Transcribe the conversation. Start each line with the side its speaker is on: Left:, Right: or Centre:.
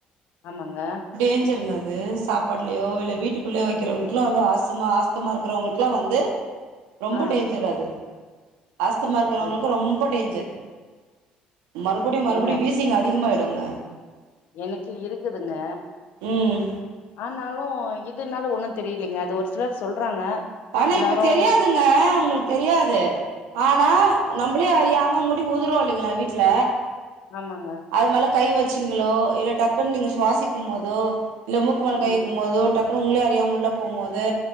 Left: ஆமாங்க
Right: தெஞ்சிருந்தது சாப்பாட்லியோ இல்ல வீட்டுக்குள்ளே வைக்றவங்ளுக்ல்லா வந்து ஆஸ்துமா ஆஸ்துமா இருக்கறவங்ளுக்ல்லா வந்து ரொம்ப
Left: ஆ
Right: டேஞ்சர் அது அஸ்துமா இருக்றவங்ளுக்கு
Left: அப்டித்தா
Right: ரொம்ப டேஞ்சர் மறுபடியு மறுபடியு
Left: ஏங்க
Right: வீசிங் அதிகமாய்டுங்க
Left: எனக்கு இருக்குதுங்க
Right: ம்
Left: ஆனாலு இதுனால ஒண்ணு தெரிலீங்க அது ஒரு சிலர் சொல்றாங்க
Right: ஆனா
Left: எல்லாரு
Right: இப்ப தெரியாதுங்க உங்ளுக் தெரியாது ஆனா நம்பளே அறியாம முடி உதுரு இல்லிங்கிளா வீட்ல
Left: ஆமாங்க
Right: அது மேல கை வச்சீங்களோ இல்ல டக்குன் நீங்க சுவாசிக்கும் மோதோ இல்ல மூக்கு மேல கை
Left: ம்
Right: வெக்கும் மோதோ டக் உங்ளே அறியாம உள்ள போம்மோது